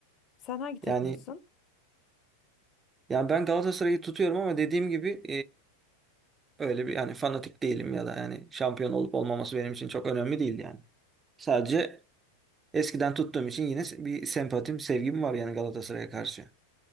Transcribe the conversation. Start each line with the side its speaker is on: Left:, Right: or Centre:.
Left: Sen hangi takımlısın?
Right: Yani yani ben Galatasaray'ı tutuyorum ama dediğim gibi e, öyle bir yani fanatik değilim ya da yani şampiyon olup olmaması benim için çok önemli değil yani. Sadece eskiden tuttuğum için yine bir sempatim, sevgim var yani Galatasaray'a karşı.